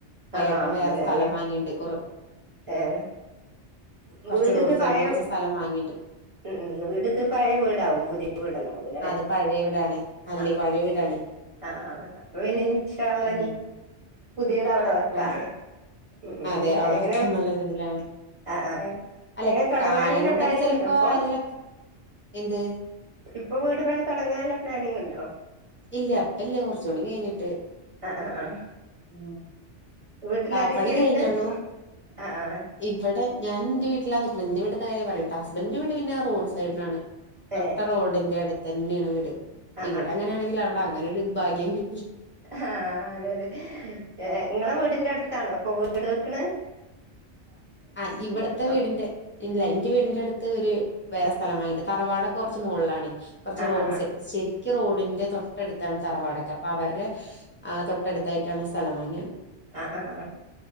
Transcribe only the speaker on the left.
വേട്ടം
വേറെ
സ്ഥലം
വാങ്ങിണ്ട് കൊറ
കുറച്ച്
റോഡ്
സൈഡ്
കുറച്ച് സ്ഥലം വാങ്ങിയിണ്ട്
അത് പഴയ വീടാണേ അല്ലേ
പഴയ വീടാണേ
ഉം
അതെ
അതെ അവിടെ
വെക്കാന്നുള്ളൊരിതിലാണ്
അല്ല
കാലം കൊണ്ടൊക്കെ
ചെലപ്പോ
ആരെലൊക്കെ എന്ത്
ഇല്ല ഇപ്പല്ല്യ കുറച്ചുടിം കഴിഞ്ഞിട്ട്
ഉ
തറപ്പണി കഴിഞ്ഞണു
ഇവിടെ ഞൻ എന്റെ വീട്ടിലാ നിക്കണ്. എന്റെ വിട്ടിത്തെ കാര്യമാണ് പറയണ്. ട്ട എൻ്റെ വീട് പിന്നെ ആ റോഡ് സൈഡിനാണ് തൊട്ട
റോഡിന്റെ അടുത്തന്നെയാണ് വീട്.
ഇവിടെ
അങ്ങനെയാണെങ്കിൽ, അവിടെ അങ്ങനെ ഒരു ഭാഗ്യം കി
ആ ഇവിടത്തെ
വീടിന്റെ ഇല്ല എൻ്റെ വീടിന്റെ അടുത്ത് ഒരു വേറെ സ്ഥ സ്ഥലം വാങ്ങിയിട്ട് തറവാടൊക്കെ കുറച്ച് മുകളിലാണ്. കുറച്ച്
റോഡ്
സൈ ശരി ക്ക് റോഡിന്റെ തൊട്ടടുത്താണ് തറവാടൊക്കെ. അപ്പൊ അവരുടെ ആ തൊട്ടടുത്തായിട്ടാണ് സ്ഥലം വാങ്ങിയെ